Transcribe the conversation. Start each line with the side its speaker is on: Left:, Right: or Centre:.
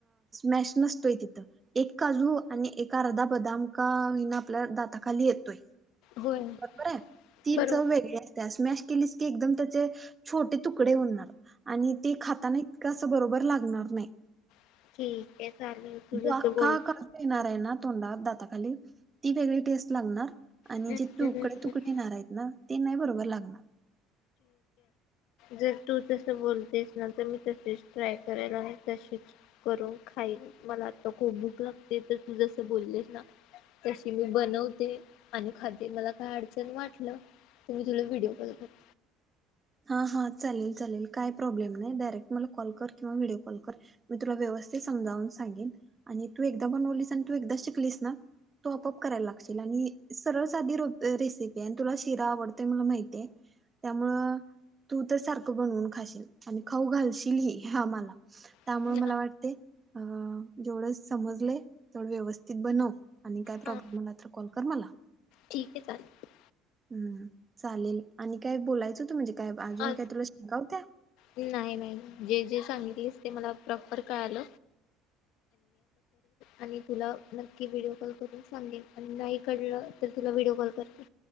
Right: मॅश नसतोय तिथं एक काजू आणि एका अर्धा बदाम का होईना आपल्या दाताखाली येतोय
Left: होय
Right: बरोबर आहे ती
Left: बरोबर
Right: चव वेगळी असते स्मॅश की एकदम त्याचे छोटे तुकडे होणार आणि ते खाताना इतकं बरोबर लागणार नाही
Left: <inaudible> चालेल तू
Right: जो
Left: जसं
Right: अखा
Left: बोल
Right: काजू येणार आहे ना तोंडात दाता खाली ती वेगळी टेस्ट लागणार आणि
Left: ठीक
Right: जे तुकडे तुकडे येणार आहेत ना ते नाही बरोबर लागणार
Left: जर तू तस बोलतेस ना तर मी तच ट्राय करेल आणि तच करून खाईन मला आता खूप भूक लागते तर तू जस बोललीस ना तशी मी बनवते आणि खाते मला काय अडचण वाटलं तर मी तुला व्हडिओ कॉल करते
Right: हा हा चालेल चालेल काय प्रॉब्लेम नाही डायरेक्ट मला कॉल कर किंवा व्हिडिओ कॉल कर मी तुला व्यवस्थित समजावून सांगेन आणि तू एकदा बनवलीस आणि तू एकदा शिकलीस ना तू आपोआप करायला लागशील आणि सरळ साधी रेसिपी आहे आणि तुला शिरा आवडते मला माहितीय त्यामुळ तू तर सारखं बनवून खाशील आणि खाऊ घालशील हि आम्हाला त्यामुळे
Left: करते
Right: मला वाटते अ जेवढे समजलय थोड व्यवस्थित बनव आणि काय प्रॉब्लेम
Left: हा
Right: आला तर कॉल कर मला
Left: ठीक आहे चालेल
Right: हम्म चालेल आणि काय बोलायचं होतं म्हणजे काय अजून
Left: अ
Right: काय तुला शंका होत्या
Left: नाही नाही जे जे सांगितल म प्रॉपर करेल आणि तुला नक्की व्हिडिओ कॉल करून सांगेल आणि नाही कळलं तर तुला व्हिडिओ कॉल करते